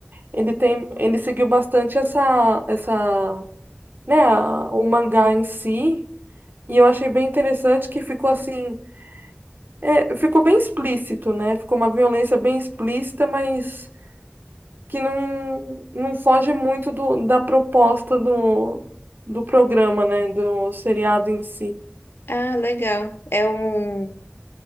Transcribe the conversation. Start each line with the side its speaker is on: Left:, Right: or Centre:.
Right: ele tem, ele seguiu bastante essa, essa, né, a- o mangá em si. E eu achei bem interessante que ficou assim. É, ficou bem explícito, né? Ficou uma violência bem explícita, mas que não, não foge muito do, da proposta do, do programa, né? Do seriado em si.
Left: Ah, legal. É um,